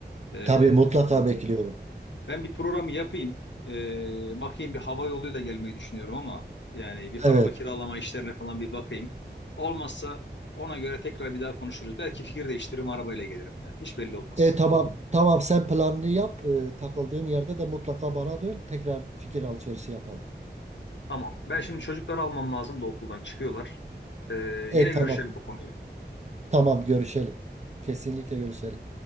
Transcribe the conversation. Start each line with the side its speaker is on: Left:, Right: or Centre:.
Left: E,
Right: Tabii mutlaka bekliyorum.
Left: Ben bir programı yapayım. Ee, bakayım bir hava yoluyla gelmeyi düşünüyorum ama yani bir
Right: Evet.
Left: araba kiralama işlerine falan bir bakayım. Olmazsa ona göre tekrar bir daha konuşuruz. Belki fikir değiştiririm arabayla gelirim ya. Hiç belli olmaz.
Right: E tamam tamam sen planını yap. E, takıldığın yerde de mutlaka bana dön. Tekrar fikir alışverişi yapalım.
Left: Tamam. Ben şimdi çocukları almam lazım da okuldan çıkıyorlar. Ee,
Right: E
Left: yine
Right: tamam.
Left: görüşelim bu konuyu.
Right: Tamam görüşelim. Kesinlikle görüşelim.